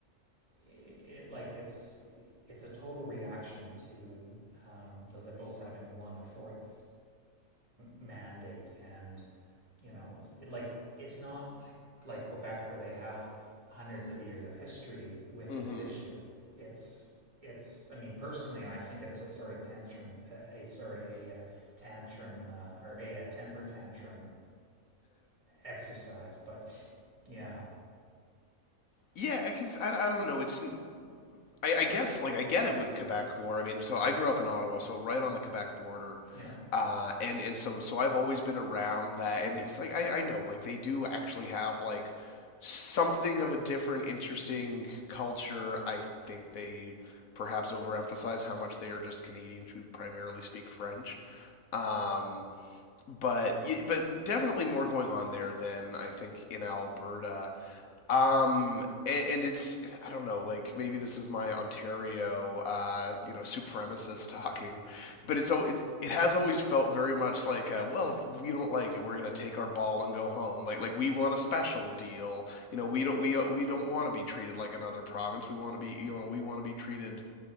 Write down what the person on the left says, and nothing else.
Mm-hmm.
Yeah, because I, I don't know. It's I, I guess like I get it with Quebec more. I mean, so I grew up in Ottawa, so right on the Quebec border.
Uh, and and so so I've always been around that, and it's like I I know like they do actually have like something of a different, interesting culture. I think they perhaps overemphasize how much they are just Canadians who primarily speak French. Um, but but definitely more going on there than I think in Alberta. Um, and, and, it's I don't know, like maybe this is my Ontario, uh, you know, supremacist talking, but it's it's it has always felt very much like, uh, well, if you don't like it, we're gonna take our ball and go home. Like like we want a special deal. You know, we don't we we don't want to be treated like another province. We want to be you know we want to be treated